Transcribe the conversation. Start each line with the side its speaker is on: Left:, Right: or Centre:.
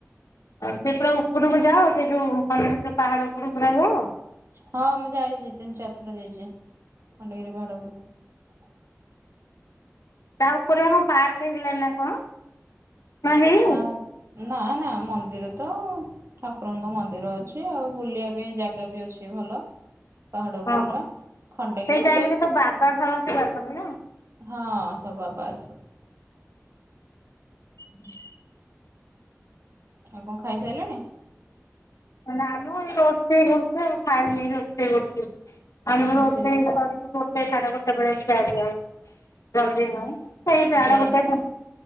Left: ଆଉ ସେ ପୁରା ଉପରକୁ ଯାଅ ସେ ଯୋଉ <unintelligible> ପାହାଡ ଉପରକୁ ରହିବ।
Right: ହଁ ମୁଁ ଯାଇଛି ତିନି ଚାରି ଥର ଯାଇଛି ଖଣ୍ଡଗିରି ପାହାଡ଼ ଉପରକୁ।
Left: ତା ଉପରେ ଆମ ପାର୍କ ହେଇଗଲାଣି ନା କଣ। ନା ହେଇନି?
Right: ପାର୍କ ନା ନା ମ ମନ୍ଦିର ତ ଠାକୁରଙ୍କ ମନ୍ଦିର ଅଛି ।ଆଉ ବୁଲିବା ପାଇଁ ଜାଗା ବି ଅଛି ଭଲ। ପାହାଡ଼ ଉପର
Left: ଓହୋ
Right: ଟା ଖଣ୍ଡଗିରି
Left: ସେଇ ଟାଇମରେ
Right: ଉଦୟଗିରି।
Left: ତ ବାବା ଫାବା ସବୁ ଆସନ୍ତି ନା।
Right: ହଁ ସ ବାବା ଅ
Left: ହୁଁ।
Right: ଆଉ କଣ ଖାଇସାଇଲେଣି।
Left: ନା ଆମ ଏ ରୋଷେଇ ହଉଛି ଆଉ ଖାଇନି ରୋଷେଇ କରୁଛି। <unintelligible>
Right: ରୋଷେଇ
Left: ଗୋଟେ ସାଢ଼େ ଗୋଟେ ବେଳେ ଖିଆ ଯୋଉ ଜଲଦି ନଁ ସେଇ ସାଢ଼େ
Right: ଜଳେଇ
Left: ଗୋଟେ।